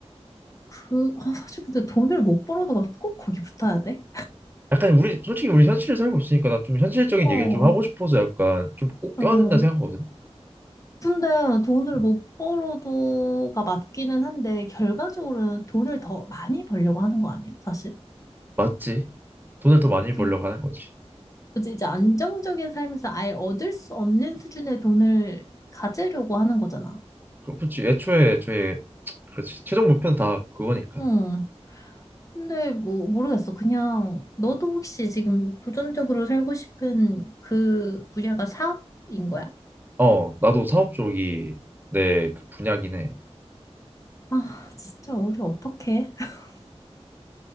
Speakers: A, on the left (about 30°); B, on the right (about 15°).
A: 그, 아, 사실 근데 돈을 못 벌어도 꼭 거기 붙어야 돼?
B: 약간 우리 솔직히 우리 현실에 살고 있으니까 난 좀 현실적인
A: 어,
B: 얘기를 좀 하고 싶어서 약간 좀 꼭
A: 어.
B: 껴야 된다 생각하거든.
A: 근데 돈을
B: 어,
A: 못 벌어도가 맞기는 한데, 결과적으로는 돈을 더 많이 벌려고 하는 거 아니야, 사실?
B: 맞지? 돈을 더 많이
A: 그,
B: 벌려고 하는 거지.
A: 뭐지, 이제 안정적인 삶에서 아예 얻을 수 없는 수준의 돈을 가지려고 하는 거잖아.
B: 그- 렇지 애초에 애초에 그렇지. 최종 목표는 다 그거니까.
A: 응. 근데 뭐, 모르겠어. 그냥, 너도 혹시 지금 도전적으로 살고 싶은 그 분야가 사업인 거야?
B: 어, 나도 사업 쪽이 내 그 분야긴 해.
A: 아, 진짜 우리 어떡해? <laughs>